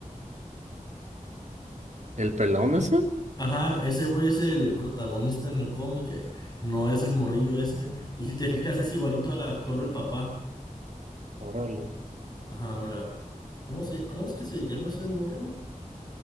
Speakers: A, on the right; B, on the left.
A: ¿El pelón ese?
B: Ajá, ese güey es el protagonista en el cómic, eh, no es el morrillo ese. Y si te fijas, es igualito al actor del papá.
A: Órale.
B: Ajá, mira. ¿Cómo se, cómo es que se llama ese morro?